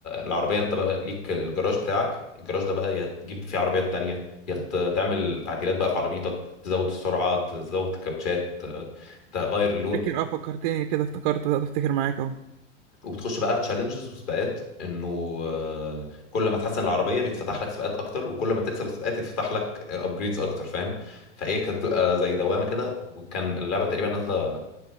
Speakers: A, on the left (about 45°); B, on the right (about 40°).
A: العربيه انت بقى ليك الجراج بتاعك الجراج ده بقى يا تجيب فيه عربيات تانية يا ت- تعمل تعديلات بقى في عربيتك تزود السرعه تزود الكاوتشات آه، تغير اللون
B: فاكر اه فكرتني كده افتكرت بدأت افتكر معاك اهو
A: وبتخش بقى تشالنجز وسباقات انه آه، كل ما تحسن العربيه بيتفتح لك سباقات اكتر وكل ما تكسب السباقات يتفتح لك ابجريدز اكتر فاهم فايه كانت بتبقى زي دوامه كده وكان اللعبه تقريبا نازله